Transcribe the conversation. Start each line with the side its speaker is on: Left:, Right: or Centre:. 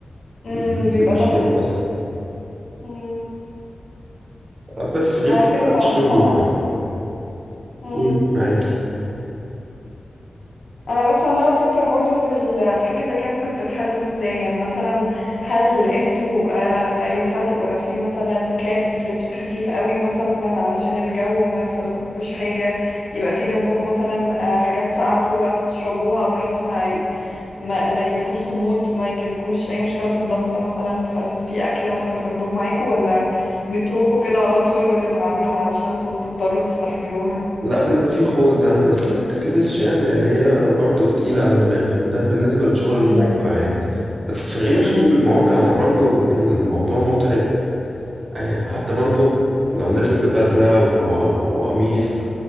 Left: أمم،
Right: بنسيب
Left: بيبقى
Right: الشغل
Left: دفع
Right: اصلا
Left: امم.
Right: آه، بس غير
Left: انا فهمت
Right: كده بقى
Left: عامه
Right: الشغل
Left: قصدك مم.
Right: قول معاكي
Left: انا بس عماله بفكر برضو في ال... في حاجه زي كده ممكن تتحل ازاي يعني مثلا هل انتوا آه ينفع تبقوا لابسين مثلا كاب لبس خفيف قوي مثلا علشان الجو ما يحصلكوش حاجه يبقى في جنبكم مثلا آه حاجات ساقعه طول الوقت تشربوها بحيث ما ي... ما, ما يجيلكوش هبوط ما يجيلكوش اي مشكله في الضغط مثلا ففي اكل مثلا بتاخدوه معاكم ولا بتروحوا كده على طول وتتعاملوا مع الشمس وتضطروا تستحملوها
Right: لا بيبقى فيه خوذة بس ما بتتلبسش يعني لأن هي برضه تقيلة على الدماغ ده بالنسبة لشغل
Left: مم.
Right: المواقع يعني بس في غير
Left: مم.
Right: شغل المواقع ما برضه الموضوع متعب آه، حتى برضه لو نازل ببدلة و- وقميص